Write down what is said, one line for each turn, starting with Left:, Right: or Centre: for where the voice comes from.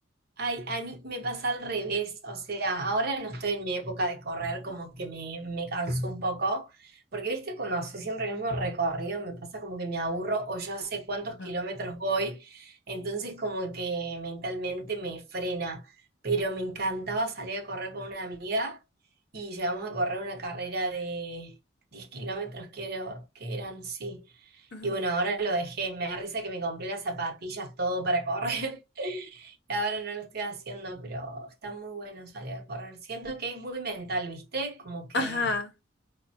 Right: Ay, a mí me pasa al revés, o sea, ahora no estoy en mi época de correr, como que me, me canso un poco, porque viste, cuando hace siempre el mismo recorrido, me pasa como que me aburro o ya sé cuántos
Left: Ajá.
Right: kilómetros voy, entonces como que mentalmente me frena, pero me encantaba salir a correr con una amiga y llegamos a correr una carrera de 10 kilómetros, creo que eran, sí.
Left: Ujú.
Right: Y bueno, ahora lo dejé, me da risa que me compré las zapatillas, todo para correr. <laughs> Ahora no lo estoy haciendo, pero está muy bueno salir a correr. Siento que es muy mental, ¿viste? Como que,
Left: Ajá,